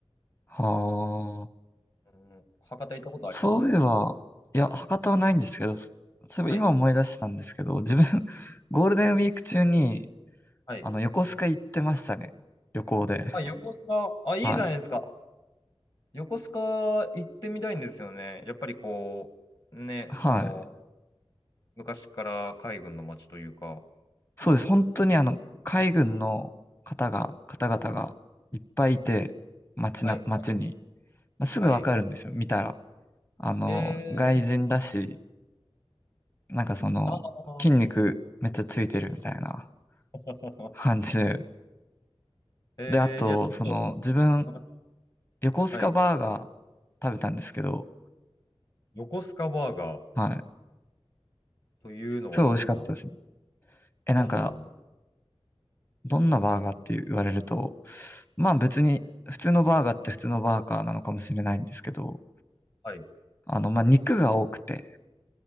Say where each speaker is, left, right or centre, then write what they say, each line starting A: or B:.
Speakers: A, on the left; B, on the left.
A: はあ。
B: うん、博多行ったことあります
A: そういえば、いや、博多はないんですけど、そそういえば今思い出したんですけど、
B: はい。
A: 自分、<laughs> ゴールデンウィーク中に、
B: はい。
A: あの、横須賀行ってましたね。旅行で。
B: あ、横須賀、あ、いいじゃないですか。
A: はい。
B: 横須賀行ってみたいんですよね。やっぱりこう、ね、
A: はい。
B: その、昔から海軍の街というか。
A: そうです。本当にあの、海軍の方が、方々がいっぱいいて、街な、
B: はい、
A: 街に。
B: はい、
A: まあ、すぐわかるんですよ。
B: はい。
A: 見たら。あの、
B: えー、
A: 外人だし、なんかその、
B: あー
A: 筋肉めっちゃついてるみたいな
B: <laughs>
A: 感じで。
B: えー、
A: で、あと、
B: いや、ちょっ
A: その、自分、
B: と、
A: 横須賀バーガ
B: はい。
A: ー食べたんですけど、
B: 横須賀バーガー
A: はい。
B: というのはどんな、
A: すごい美味しかったですね。え、
B: どんな、
A: なんか、どんなバーガーって言われると、まあ別に、普通のバーガーって普通のバーガーなのかもしれないんですけど、
B: はい。
A: あの、まあ肉が多くて、